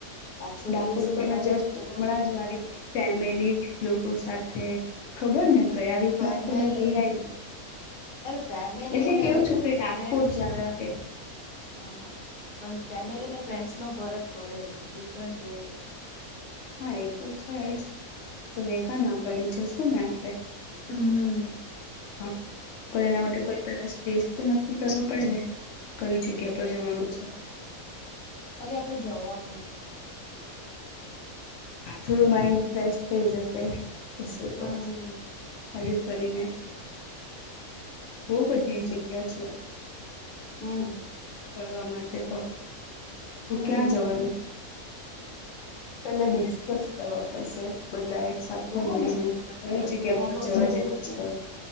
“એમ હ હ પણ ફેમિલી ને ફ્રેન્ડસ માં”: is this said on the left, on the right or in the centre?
Left